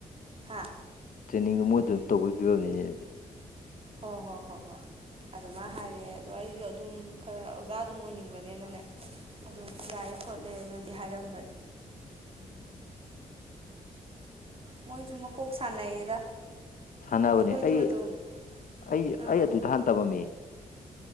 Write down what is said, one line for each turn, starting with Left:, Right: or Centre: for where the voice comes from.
Right: ꯍꯥ
Left: ꯇ꯭ꯔꯦꯅꯤꯡꯗꯣ ꯃꯣꯏꯗ ꯑꯗꯨꯝ ꯇꯧꯕꯒꯤ ꯐꯤꯕꯝꯅꯤꯅꯦ ꯑꯗꯨꯗꯤ
Right: ꯍꯣꯏ ꯍꯣꯏ ꯍꯣꯏ ꯍꯣꯏ ꯑꯗꯨꯃꯥꯏ ꯍꯥꯏꯔꯛꯑꯦ ꯑꯗꯣ ꯑꯩꯁꯨ ꯑꯗꯨꯝ ꯈꯔ ꯑꯣꯖꯥ ꯑꯗꯨꯝ ꯑꯣꯏꯅꯤꯡꯕꯅꯦꯅꯅꯦ ꯑꯗꯨꯝ ꯌꯥꯔꯦ ꯈꯣꯠꯂꯦꯅꯗꯤ ꯍꯥꯏꯔꯝꯕꯅꯦ
Left: ꯎꯝ <inaudible>
Right: ꯃꯣꯏꯁꯨ ꯃꯀꯣꯛ ꯁꯥꯟꯅꯩꯌꯦꯗ
Left: ꯁꯥꯟꯅꯕꯅꯦ
Right: ꯑꯩꯈꯣꯏꯗꯣ
Left: ꯑꯩ
Right: ꯑꯗꯨꯝ
Left: ꯑꯩ
Right: ꯑꯥ
Left: ꯑꯩ ꯑꯗꯨꯗ ꯍꯥꯟꯅ ꯇꯝꯃꯝꯃꯤ